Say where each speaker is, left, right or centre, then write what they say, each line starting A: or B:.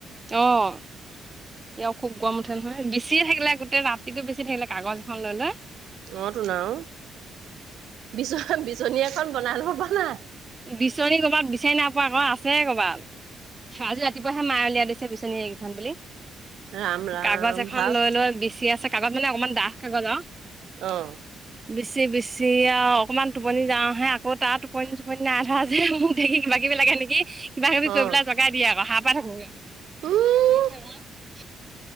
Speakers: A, on the right; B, on the right.
A: অ'। এ খুব গম উঠে নহয় বেছিয়ে থাকিলে গোটেই ৰাতিটো বেছি থাকিলে কাগজ এখন লৈ লৈ।
B: অ' টো ন'। বিচ বিচনী এখন বনাই লব পৰা নাই।
A: বিচনী কৰবাত বিচাৰি নাপোৱা আকৌ আছে কৰ'বাত। আজি ৰাতিপুৱাহে মায়ে উলিয়াই দিছে বিচনী এইকেইখন বুলি।
B: ৰাম ৰাম
A: কাগজ এখন
B: ভাল
A: লৈ লৈ বিচি আছে কাগজ মানে অকমান দাখ কাগজ আৰু।
B: অ',
A: বিচি বিচি আৰু অকণমান টোপনি যাওঁহে আকৌ তাৰ টোপনি টোপনি নাই ধৰা যে মোৰ দেৰি কিবা কিবি লাগে নেকি কিবা কিবি কৰি
B: অ
A: পেলাই জগাই দিয়ে আৰু শাৰ পাই থাকোঁ
B: উম
A: <unintelligible>